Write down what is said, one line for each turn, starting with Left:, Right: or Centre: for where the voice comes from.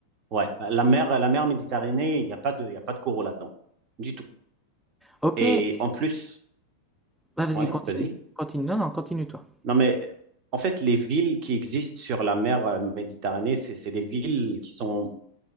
Right: Ouais, bah, la mer, la mer Méditerranée, il n'y a pas de, il y a pas de coraux là-dedans, du tout.
Centre: OK,
Right: Et en plus,
Centre: bah, vas-y,
Right: ouais,
Centre: continue.
Right: vas-y.
Centre: Continue, non, non, continue toi.
Right: Non, mais en fait, les villes qui existent sur la mer euh, Méditerranée, c'est c'est des villes qui sont